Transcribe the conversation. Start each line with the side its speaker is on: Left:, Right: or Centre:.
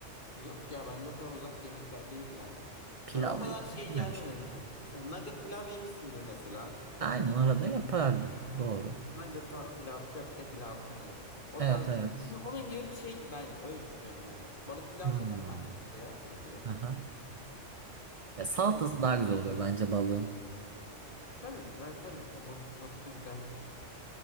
Left: Yok ya bence o kadar uzak yemekler değil ya.
Right: Pilav
Left: Yani o kadar
Right: da hiç
Left: şey
Right: düşünmemiş.
Left: gelmemeli bence. Mesela nugget pilav yemişsindir mesela mutlaka.
Right: Aynen arada yapardım. Doğru.
Left: Nugget pilav, köfte pilav hani
Right: Evet
Left: o tarz
Right: evet.
Left: onun onun gibi bir şey ben öyle düşünüyorum yani. Balık pilav
Right: Hmm.
Left: zaten var bence ya kanka yok
Right: Aha.
Left: mu?
Right: Ya salatası
Left: Balık pilav
Right: daha
Left: değil.
Right: güzel oluyor bence balığın.
Left: Tabii ben tabii ton balık salata da güzeldir.